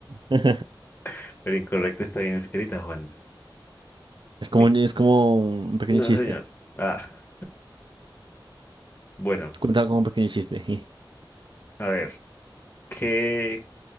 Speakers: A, on the right; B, on the left.
A: <laughs>
B: <laughs> Pero incorrecta está bien escrita, Juan.
A: Es como,
B: Eh,
A: un- es como un pequeño
B: No,
A: chiste.
B: señor. Ah, bueno,
A: Cuenta como un pequeño chiste. Sí.
B: a ver. ¿Qué,